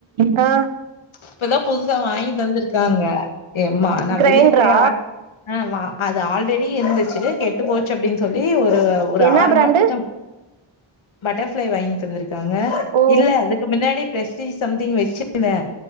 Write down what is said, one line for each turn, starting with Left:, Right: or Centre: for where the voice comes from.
Right: வா ஆ
Left: இப்பதா புதுசா வாங்கி தந்திருக்காங்க ஏம்மா நா
Right: கிரைண்டரா
Left: வெளிய போய் ஆ ஆமா அது ஆல்ரெடி இருந்துச்சு கெட்டு போச்சு அப்டின் சொல்லி ஒரு ஒரு
Right: என்ன
Left: ஆறு
Right: பிராண்டு
Left: மாசத்துக்கு பட்டர்ஃப்ளை வாங்கி தந்துருக்காங்க
Right: ஓ
Left: இல்ல அதுக்கு முன்னாடி பிரஸ்டீஜ் சம்திங் வச்சுருந்தே